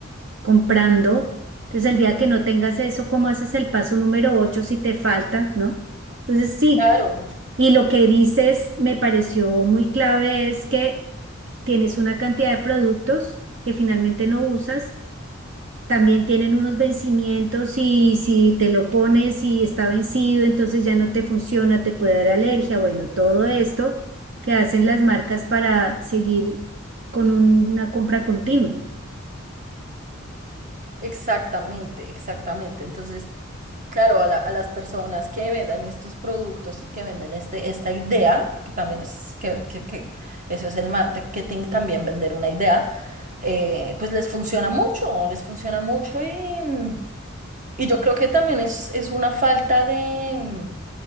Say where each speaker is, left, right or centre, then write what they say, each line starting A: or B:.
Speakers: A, on the right (about 65°); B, on the right (about 40°).
A: comprando. Entonces, el día que no tengas eso, ¿cómo haces el paso número 8 si te falta, ¿no? Entonces, sí,
B: Claro,
A: y lo que dices me pareció muy clave es que tienes una cantidad de productos que finalmente no usas. También tienen unos vencimientos y si te lo pones y está vencido, entonces ya no te funciona, te puede dar alergia. Bueno, todo esto que hacen las marcas para seguir con un- una compra continua.
B: exactamente, exactamente. Entonces, Claro, a la- a las personas que vendan estos productos y que vendan este, esta idea, porque también es que, que- que eso es el marketing, también vender una idea, eh, pues les funciona mucho, les funciona mucho y, y yo creo que también es, es una falta de, mm,